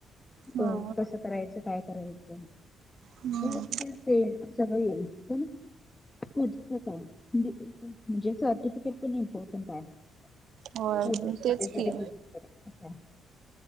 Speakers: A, on the right (about 70°); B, on the left (about 20°).
A: हा
B: हो कसं करायचं? काय करायचं?
A: हम्म
B: स्किल्स येईल. सगळ येईल. <unintelligible> पुढचं काय? म्हणजे सर्टिफिकेट पण इम्पॉर्टंट आहे. <inaudible>
A: होय तेच की